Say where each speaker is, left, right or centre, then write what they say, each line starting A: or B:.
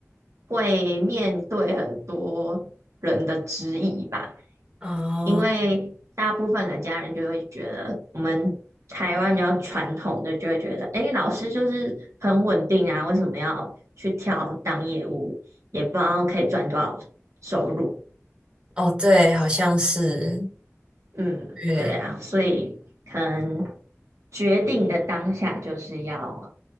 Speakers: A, on the right; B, on the right.
A: 会面对很多人的质疑吧，
B: 哦
A: 因为大部分的家人就会觉得我们台湾比较传统的就会觉得，诶，老师就是很稳定啊，为什么要去跳当业务？也不知道可以赚多少收入。
B: 哦，对，好像是，
A: 嗯，
B: 对，
A: 对啊，所以可能决定的当下就是要